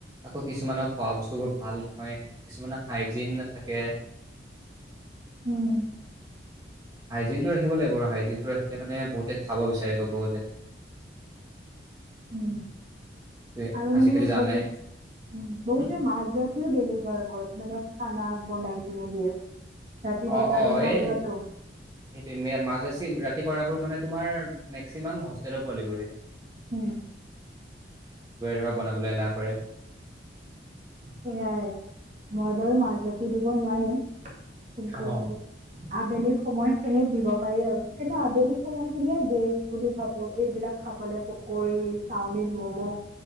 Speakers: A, on the right; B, on the right.
A: আকৌ কিছুমানক খোৱা বস্তুবোৰ ভাল নহয়, কিছুমানৰ হাইজিন নাথাকে।
B: উম।
A: হাইজিন টো ৰাখিব লাগিব, হাইজিন টো ৰাখিলে মানে বহুতে খাব বিচাৰে কব বহলে।
B: উম।
A: সেইটোৱে
B: আৰু
A: আজিকালি
B: মানে
A: জানাই
B: বহুত-বহুতে
A: হুম
B: মাাজ ৰাতিও ডেলিভাৰ কৰ মানে খানা বনাই কিনি দিয়ে। ৰাতি দুটা-তিনটা
A: অ অ এই
B: বজাতো
A: সেইটো মাজে ৰাতি কৰাবোৰ তোমাৰ মেক্সিমাম তেলৰ পোৱালিবোৰে
B: উম,
A: ধৰক বনাবলৈ এলাহ কৰে।
B: সেয়াই মই দল মাজ ৰাতি দিব নোৱাৰিম। কিন্তু
A: অ,
B: আবেলি সময় খিনিত দিব পাৰি আৰু কিন্তু আবেলি সময় খিনিয়ে বেজ বুলি ভাবো এইবিলাক খাবলে পকৰী চাওমিন ম'ম'